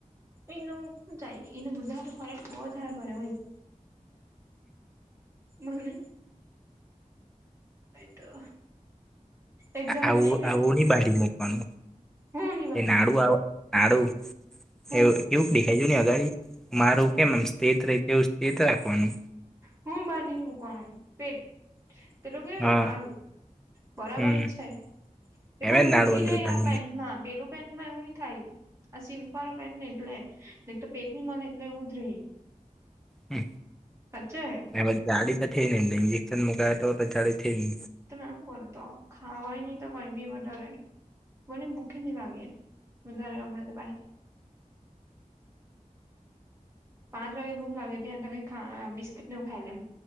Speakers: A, on the right (about 20°); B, in the centre.
A: એ જાય એને બુધા તો ફરે બહુ સાર ભરે હોય. મને તો. એક્ઝામ
B: આવ
A: કે નહીં બે
B: આવણી
A: આજે
B: બાડીમું.
A: હું ની બનવાનું
B: એ નાડું કડું
A: હું
B: એ. એુ દેખાઈ જ ન અગા મારું કેમ આમ સ્ટટ ર એવું સ્ટેટ રાખવાનું.
A: હું બાંધને મુકવાનું પેટ પેલું કે
B: હા
A: નાડું. બરાબર
B: હમ
A: જ છે એ
B: એમ
A: બો
B: જ
A: એવું
B: નાડું
A: થઈ
B: અંદર
A: જાય
B: ઘાલીને
A: આ પેન્ટમાં પેલું. પેનટમાં એવું નહી થાય આ સિલ્ક વાળો પેન્ટ ને એટલે પેટ ની મળે એટલે એવું જ રહી.
B: હમ.
A: સાચે.
B: વે જાડી તો થઈ નેને ન્જેક્શન મકાય તો તો જાડી થ ને.
A: તમે શું કરો તો ખાવાય નહી તો કઈ બી વધારે બનેને ભૂખે નહી લાગે. બધારે હમણાં તોાઈ. પાંચ વાગે ભુખ લાગે ધ્યા ના. ા બિસ્કકીટનેવું ખાઈ લમ